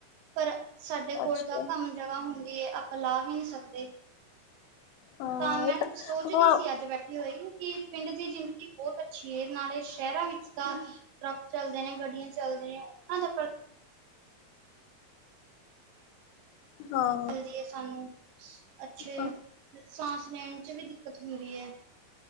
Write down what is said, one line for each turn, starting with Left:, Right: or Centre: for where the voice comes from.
Right: ਪਰ ਸਾਡੇ ਕੋਲ
Left: ਅੱਛਾ
Right: ਤਾਂ ਭਾਵੇਂ ਜਗ੍ਹਾ ਹੁੰਦੀ ਏ ਆਪਾਂ ਲਾ ਵੀ ਨਈ ਸਕਦੇ।
Left: ਹਾਂ
Right: ਤਾਂ ਮੈਂ
Left: ਇਹ
Right: ਸੋਚਦੀ
Left: ਹਾਂ
Right: ਸੀ ਅੱਜ ਬੈਠੀ ਹੋਈ ਕਿ ਪਿੰਡ ਦੀ ਜਿੰਦਗੀ ਬੋਤ ਅੱਛੀ ਏ ਨਾਲੇ ਸ਼ੈਰਾਂ ਵਿੱਚ ਤਾ ਟਰਾਫ ਚੱਲਦੇ ਨੇ, ਗੱਡੀਆਂ ਚੱਲਦੇ ਨੇ, ਓਨਾਂ ਦਾ
Left: ਹਾਂ
Right: ਮਿਲਦੀ ਏ ਸਾਨੂੰ ਸ ਅੱਛੇ
Left: ਹਾਂ
Right: ਸਾਂਸ ਲੈਣ 'ਚ ਵੀ ਦਿੱਕਤ ਹੁੰਦੀ ਏ।